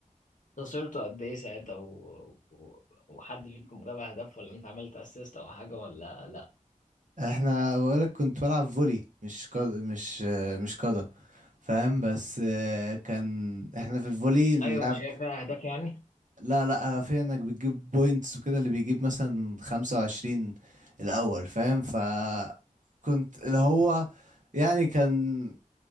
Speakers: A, on the left (about 70°); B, on the right (about 65°).
A: خسرته قد إيه ساعتها و... و... وحد فيكم جاب أهداف ولا أنت عملت أسيست أو حاجة ولا
B: احنا بقولك كنت بلعب فولي مش قد... مش آه، مش قدم فاهم بس آه، كان احنا في الفولي اللعب
A: ايوه مش هي فيها اهداف يعني
B: لا لا في انك بتجيب بوينتس وكده اللي بيجيب مثلا خمسة وعشرين الاول فاهم ف كنت اللي هو يعني كان